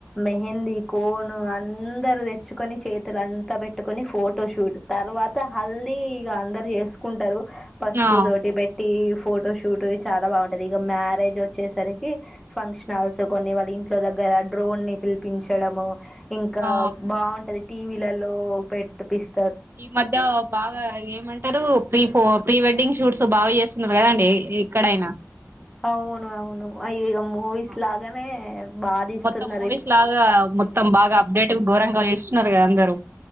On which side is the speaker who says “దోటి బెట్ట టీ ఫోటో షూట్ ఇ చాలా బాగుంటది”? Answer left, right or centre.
Centre